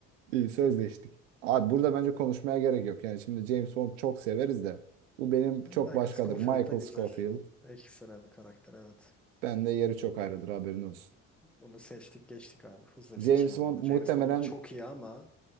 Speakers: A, on the right; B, in the centre.
A: İyi sözleştik. Abi burada bence konuşmaya gerek yok. Yani şimdi James Bond çok severiz de bu benim çok
B: Michael
A: başkadır.
B: Scofield
A: Michael
B: da güzel.
A: Scofield.
B: Ekstra bir karakter evet.
A: Ben de yeri çok ayrıdır haberin olsun.
B: Bunu seçtik geçtik abi. Hızlı bir
A: James
B: seçim oldu
A: Bond
B: bu.
A: muhtemelen
B: James Bond çok iyi ama